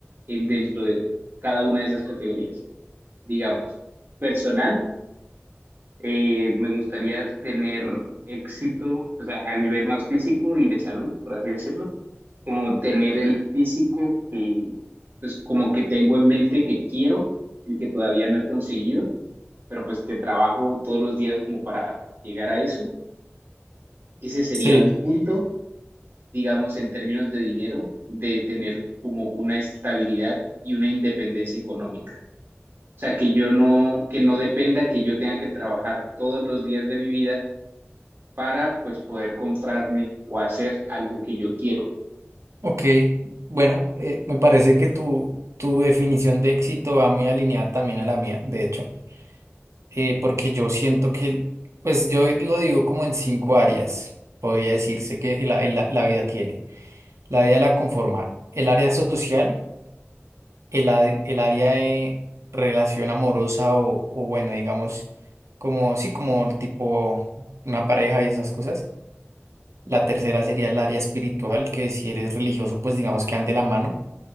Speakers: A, on the right (about 50°); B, on the right (about 85°).
A: en, dentro de cada una de esas categorías. Digamos, personal, eh, me gustaría tener éxito, o sea, a nivel más físico y de salud, por así decirlo, como tener el físico que, pues, como que tengo en mente que quiero y que todavía no he conseguido, pero pues que trabajo todos los días como para llegar a eso ese sería
B: sí,
A: un punto, digamos, en términos de dinero, de tener como una estabilidad y una independencia económica. O sea, que yo no, que no dependa que yo tenga que trabajar todos los días de mi vida para pues poder comprarme o hacer algo que yo quiero,
B: ok. Bueno, eh, me parece que tu, tu definición de éxito va muy alineada también a la mía, de hecho. eh, porque yo siento que, pues yo lo digo como en cinco áreas, podría decirse que la, la- la vida tiene. La vida la conforma el área social, el, a- el área de relación amorosa o, o bueno, digamos, como, sí, como el tipo una pareja y esas cosas. La tercera sería el área espiritual, que si eres religioso, pues digamos que ande la mano.